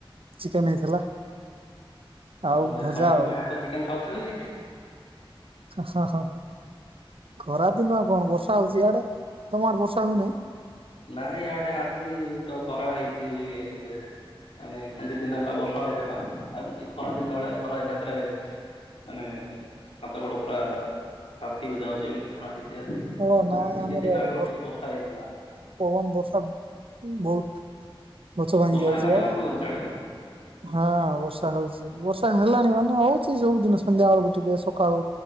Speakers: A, on the right (about 75°); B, on the left (about 85°).
A: ଚିକେନ ହେଇଥିଲା।
B: ଓ
A: ଆଉ
B: ଏ
A: ଭଜା
B: ଖରାଦିନ
A: ଆଉ
B: ଭାତ ଚିକେନ ଖାଉଛନ୍ତି?
A: ହ ହ। ଖରାଦିନ କଣ ବର୍ଷା ହଉଛି ଆଡ଼େ ତମ ଆଡ଼େ ବର୍ଷା ହଉନି?
B: ନାଇଁ ଇଆଡ଼େ ଆଜି ତ ଖରା ହେଇଚି ଟିକେ। ମାନେ ଦି ଦିନ ହେଲା ବର୍ଷା ହଉଥିଲା ଆଜି ଟିକେ ଖରା ଦିନ ଭଳିଆ ଖରା ଏକାତରେ ମାନେ ହାତ ଗୋଡ଼ ପୁରା ତାତିକି ଯାଉଛି ଏମିତି ଖରା। ଇଜଦି
A: ଓ ନାଇଁ ଆମର
B: ଦି ଦିନ
A: ଇଆଡେ
B: ଆଗରୁ ଟିକେ ବର୍ଷା ହେଇଥିଲା।
A: ପବନ ବର୍ଷା ବହୁତ୍। ଗଛ ଭାଙ୍ଗି
B: ବର୍ଷା
A: ଯାଉଛି
B: ହେଲାଣି
A: ଆଡେ
B: ଆପଣଙ୍କର ସିଆଡେ?
A: ହଁ ବର୍ଷା ହଉଚି। ବର୍ଷା ହେଲାଣି ମାନେ ହଉଛି ସବୁଦିନ ସନ୍ଧ୍ୟା ବେଳକୁ ଟିକେ ସକାଳୁ